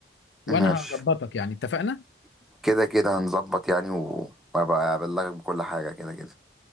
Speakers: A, on the left; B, in the centre.
A: وانا
B: ماشي
A: هظبطك يعني اتفقنا
B: كده كده هنظبط يعني و- وابقى ابلغك بكل حاجة كده كده